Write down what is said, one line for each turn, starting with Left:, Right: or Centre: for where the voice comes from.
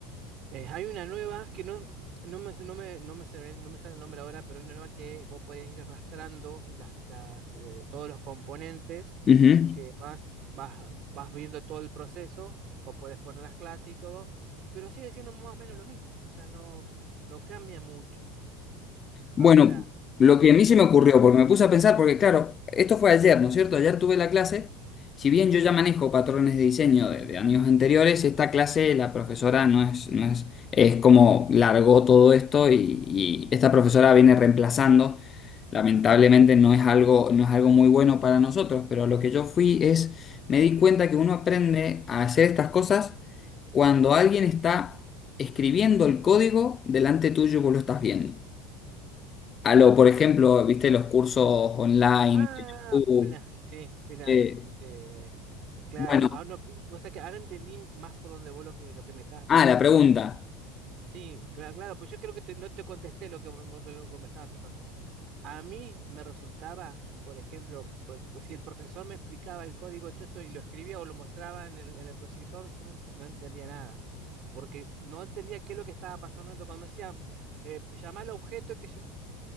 Right: eh, hay una nueva que no, no me, no me, no me, se no me sale el nombre ahora, pero hay una nueva que vos podés ir arrastrando las, las, eh, todos los componentes
Left: Ujú.
Right: y que vas, vas, vas viendo todo el proceso, vos podés poner las clases y todo, pero sigue siendo más o menos lo mismo, o sea, no, no cambia mucho.
Left: Bueno,
Right: Ahora,
Left: lo
Right: pasa
Left: que
Right: que...
Left: a mí se me ocurrió,
Right: Sí,
Left: porque me puse a pensar, porque claro, esto fue ayer, ¿no es cierto? Ayer tuve la clase,
Right: sí.
Left: si bien yo ya manejo patrones de diseño de, de años anteriores, esta clase la profesora no es, no es, es como largó todo esto y, y esta profesora viene reemplazando. Lamentablemente no es algo, no es algo muy bueno para nosotros, pero lo que yo fui es, me di cuenta que uno aprende a hacer estas cosas cuando alguien está escribiendo el código delante tuyo y vos lo estás viendo. A lo, por ejemplo, viste los cursos online
Right: Ah,
Left: de YouTube.
Right: mirá, sí, mirá,
Left: eh,
Right: eh, claro,
Left: bueno,
Right: ahora no, o sea que ahora entendí más por donde vos lo que, lo que me estabas preguntando.
Left: ah, la pregunta,
Right: Sí, claro, claro, pues yo creo que te- no te contesté lo que, me- lo que lo que me estabas preguntando. A mí me resultaba, por ejemplo, pu- pues, si el profesor me explicaba el código de todo esto y lo escribía o lo mostraba en el, en el proyector, yo no, en- no entendía nada, porque no entendía qué es lo que estaba pasando cuando me decía, eh, pues, llamá al objeto, que yo,